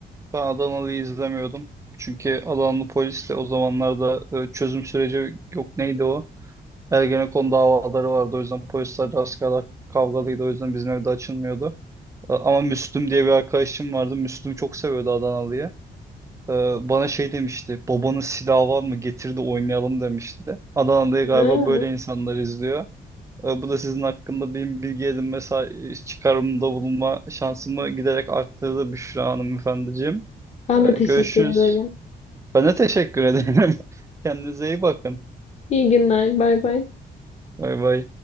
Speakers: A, on the right (about 15°); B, on the left (about 40°).
A: ben Adanalı'yı izlemiyordum. Çünkü Adanalı polis de o zamanlarda e, çözüm süreci yok neydi o? Ergenekon davaları vardı. O yüzden polisler askerler kavgalıydı. O yüzden bizim evde açılmıyordu. E, Ama Müslüm diye bir arkadaşım vardı. Müslüm çok seviyordu Adanalı'yı. E, Bana şey demişti. Babanın silahı var mı? Getir de oynayalım demişti. Adana'da galiba
B: Hı,
A: böyle insanlar izliyor. E, Bu da sizin hakkında benim bilgi edinme sa- çıkarımda bulunma şansımı giderek arttırdı Büşra hanımefendiciğim.
B: Ben
A: E,
B: de teşekkür
A: Görüşürüz.
B: ederim.
A: Ben de teşekkür ederim. <laughs> Kendinize iyi bakın.
B: İyi günler. Bay bay.
A: Bay bay.